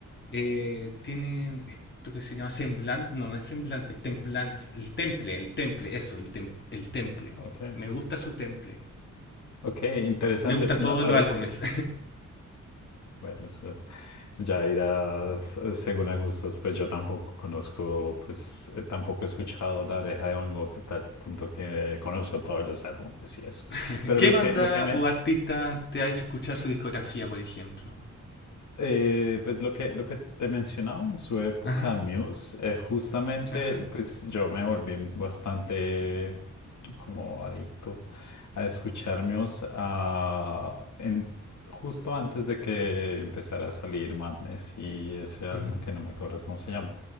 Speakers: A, on the left (about 35°); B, on the left (about 65°).
A: eh, tiene esto que se llama semblante, no, no es semblante, es templanza, el temple, el temple, eso, el, tem- el temple.
B: Ok.
A: Me gusta su temple.
B: Ok, interesante.
A: Me gustan
B: No,
A: todos
B: ahora
A: los álbumes.
B: que, bueno, eso ya irás eh, según a gustos, pues yo tampoco conozco, pues eh, tampoco he escuchado La Oreja de Van Gogh a tal punto que conozco todos los álbumes y eso.
A: <laughs>
B: Pero
A: ¿Qué
B: lo
A: banda
B: que, lo que me,
A: o artista te ha hecho escuchar su discografía, por ejemplo?
B: Eh, pues lo que, lo que te mencionaba en su época
A: Ajá,
B: Muse, eh, justamente
A: ajá.
B: pues yo me volví bastante como adicto a escuchar Muse ah, en, justo antes de que empezara a salir Madness y ese álbum
A: ujú.
B: que no me acuerdo cómo se llama.